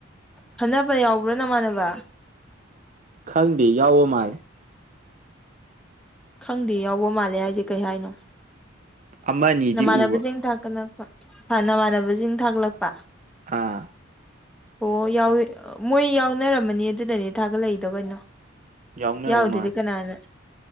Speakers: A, in the centre; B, on the right.
A: ꯈꯟꯅꯕ ꯌꯥꯎꯕ꯭ꯔꯣ ꯅꯃꯥꯟꯅꯕ
B: ꯈꯪꯗꯦ ꯌꯥꯎꯕ ꯃꯥꯜꯂꯦ
A: ꯈꯪꯗꯦ ꯌꯥꯎꯕ ꯃꯥꯜꯂꯦ ꯍꯥꯏꯁꯦ ꯀꯩ ꯍꯥꯏꯅꯣ
B: ꯑꯃ ꯑꯅꯤꯗꯤ
A: ꯅꯃꯥꯟꯅꯕꯁꯤꯡ
B: ꯎꯕ
A: ꯊꯥꯛꯀꯅ ꯅꯃꯥꯟꯅꯕꯁꯤꯡ ꯊꯥꯛꯠꯂꯛꯄ
B: ꯑꯥ
A: ꯑꯣ ꯌꯥꯎꯏ ꯃꯣꯏ ꯌꯥꯎꯅꯔꯝꯃꯅꯤ ꯑꯗꯨꯗꯅꯦ ꯊꯥꯒꯠꯂꯛꯏꯗꯣ ꯀꯩꯅꯣ
B: ꯌꯥꯎꯅꯕ
A: ꯌꯥꯎꯗꯗꯤ
B: ꯃꯥꯜꯂꯦ
A: ꯀꯅꯥꯅ